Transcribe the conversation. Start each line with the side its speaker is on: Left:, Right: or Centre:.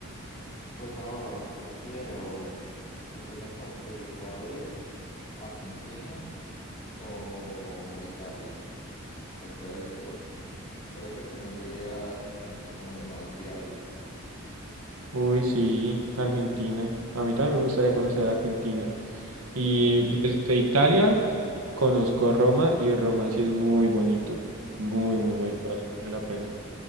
Left: Pues ahora que quiera o que tenga como proyectado ir a Argentina o Italia, cualquiera de los dos. Creo que primero iría a Argentina, es como lo más viable.
Right: Uy, sí, Argentina. A mí también me gustaría conocer Argentina. Y
Left: Sí,
Right: desde Italia conozco Roma y Roma sí es muy bonito. Muy,
Left: ok.
Right: muy bonito, vale
Left: mm.
Right: mucho la pena.